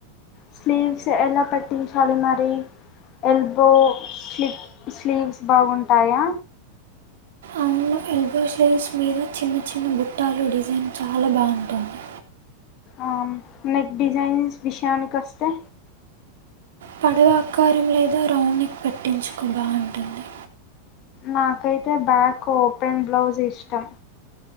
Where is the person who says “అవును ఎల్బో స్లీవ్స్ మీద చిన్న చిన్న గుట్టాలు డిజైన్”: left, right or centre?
Right